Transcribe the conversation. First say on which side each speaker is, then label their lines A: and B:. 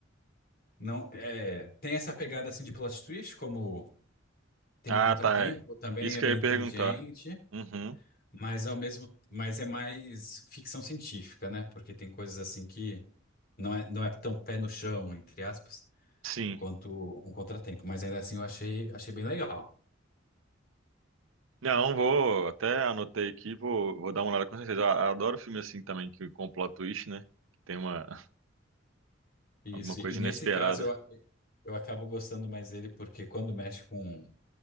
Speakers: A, on the left; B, on the right.
A: Não, é, tem essa pegada assim de plot twist, como tem
B: Ah,
A: o Contratempo,
B: tá. é.
A: também
B: Isso
A: é
B: que
A: bem
B: eu ia
A: inteligente,
B: perguntar. Uhum.
A: mas ao mesmo, mas é mais ficção científica, né? Porque tem coisas assim que não é, não é tão pé no chão, entre aspas.
B: Sim.
A: quanto um contratempo, mas ainda assim eu achei, achei bem legal.
B: Não, vou, até anotei aqui, vou, vou dar uma olhada com certeza. Eu adoro filme assim também, que com plot twist, né? Que tem uma, <laughs>
A: Isso,
B: alguma coisa
A: e nesse
B: inesperada.
A: caso eu, eu acabo gostando mais dele porque quando mexe com,